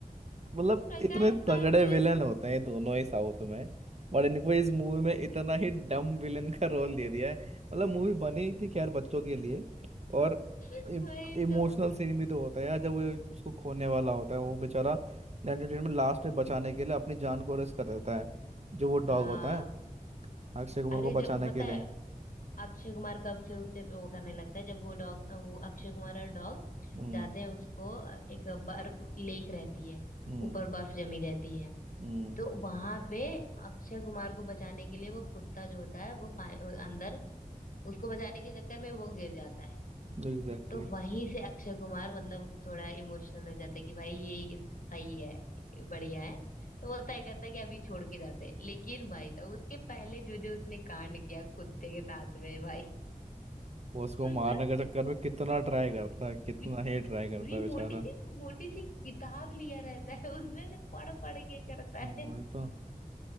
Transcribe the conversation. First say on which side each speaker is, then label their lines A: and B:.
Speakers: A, on the right; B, on the left.
A: मतलब
B: प्रकाश
A: इतने तगड़े
B: राज भी
A: विलन होते हैं ये दोनों ही साउथ में और इनको इस मूवी में इतना ही डम विलन का रोल दे दिया है मतलब मूवी बनी ही थी खैर बच्चों के लिए और
B: <laughs>
A: इमोशनल
B: वही तो
A: सीन भी तो होता है यार जब वो उसको खोने वाला होता है वो बेचारा एंटरटेनमेंट में लास्ट में बचाने के लिए अपनी जान को रिस्क कर देता है जो वो डॉग
B: हाँ
A: होता है अक्षय कुमार
B: अरे
A: को बचाने
B: जब पता
A: के लिए
B: है अक्षय कुमार कब से उससे वो करने लगता है जब वो डॉग वो अक्षय कुमार और डॉग
A: हम्म
B: जाते हैं उसको अ, एक बर्फ लेक रहती है
A: हम्म
B: ऊपर बर्फ जमी रहती है
A: हम्म
B: तो वहां पे अक्षय कुमार को बचाने के लिए वो कुत्ता जो होता है वो पा- अंदर उसको बचाने के चक्कर में वो गिर जाता है
A: एग्जैक्टली
B: तो वहीं से अक्षय कुमार मतलब थोड़ा इमोशनल हो जाता है कि भाई ये इन- सही है बढ़िया है तो वो तय करता है कि अभी छोड़ के जाते हैं लेकिन भाई तब उसके पहले जो जो उसने कांड किया कुत्ते के साथ में भाई
A: वो उसको
B: मतलब
A: मारने के चक्कर में कितना ट्राई करता है कितना
B: कि-
A: ही ट्राई करता
B: पूरी
A: है बेचारा
B: मोटी मोटी सी किताब लिया रहता है उसमें से पढ़ पढ़ के करता
A: मूवी
B: है
A: तो